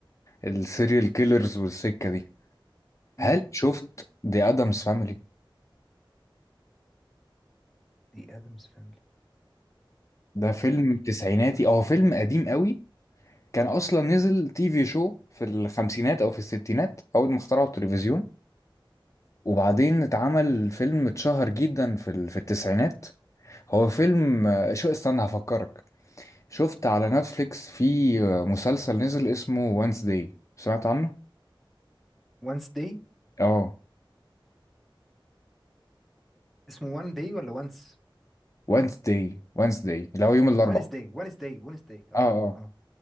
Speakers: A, on the left; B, in the centre.
A: السيريال كيلرز والسكة دي
B: امم
A: هل شفت دي ادمز فاميلي
B: دي ادمز فاميلي
A: ده فيلم
B: استنى
A: تسعيناتي هو فيلم قديم قوي كان اصلا نزل تي في شو في الخمسينات او في الستينات اول ما اخترعوا التلفزيون وبعدين اتعمل فيلم اتشهر جدا في ال- في التسعينات هو فيلم شو استنى هفكرك شفت على نتفليكس في مسلسل نزل اسمه وانسداي سمعت عنه؟
B: وانس داي
A: اه
B: اسمه وان داي ولا وانس
A: وانسداي وانسداي اللي هو يوم الاربعاء
B: وانس داي وانس داي وانس داي اه
A: اه اه
B: اه